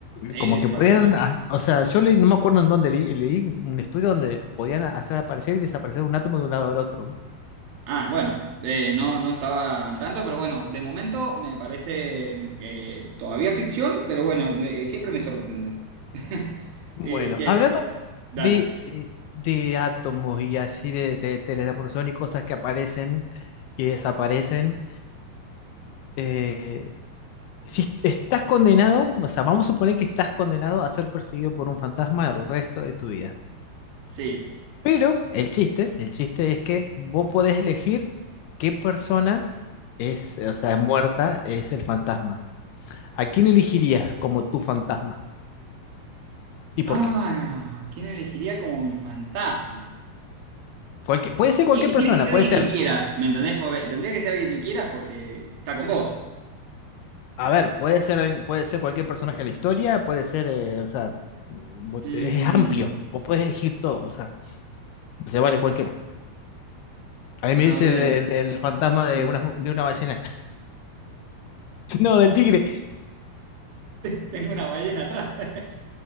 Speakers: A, on the right; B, on the left.
A: eh,
B: como que
A: por
B: podían,
A: la-
B: ha- o sea, yo leí- no me acuerdo en dónde leí, leí un estudio donde podían hacer aparecer y desaparecer un átomo de un lado al otro.
A: ah, bueno, eh, no, no estaba al tanto, pero bueno, de momento me parece eh, todavía ficción, pero bueno, me- eh, siempre me sorprende. <laughs>
B: Bueno,
A: Eh, che,
B: hablando
A: dale,
B: de, eh, de átomos y así de, de teletransportación y cosas que aparecen y desaparecen. eh, si est- estás condenado, o sea, vamos a suponer que estás condenado a ser perseguido por un fantasma el resto de tu vida.
A: sí.
B: Pero el chiste, el chiste es que vos podés elegir qué persona es, o sea, muerta es el fantasma. ¿A quién elegirías como tu fantasma? ¿Y
A: Ah,
B: por qué?
A: ¿quién elegiría como mi fantasma?
B: Cualquier- puede ser cualquier
A: Y
B: persona,
A: tiene que ser
B: puede
A: alguien
B: ser,
A: que quieras, ¿me entendés? Porque tendría que ser alguien que quieras porque está con vos.
B: a ver, puede ser, el- puede ser cualquier personaje de la historia, puede ser, eh, o sea, vos-
A: Mm,
B: es amplio, vos podés elegir todo, o sea, se vale cualquiera. A mí me
A: a
B: dice
A: ver.
B: el, el- el fantasma de
A: eh,
B: una, de una ballena. <laughs> No, del tigre.
A: <laughs> Tengo una ballena atrás. <laughs> Ay,